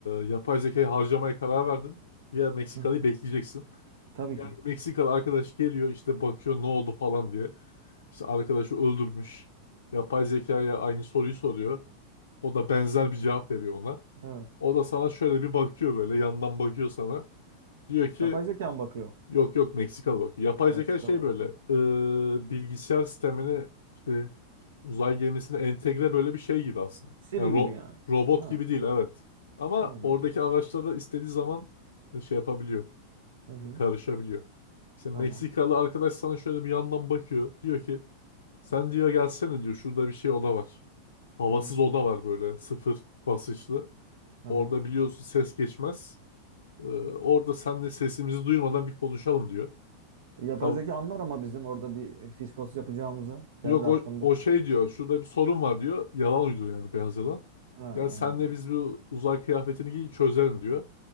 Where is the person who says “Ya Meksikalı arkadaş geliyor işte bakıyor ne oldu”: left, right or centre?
Left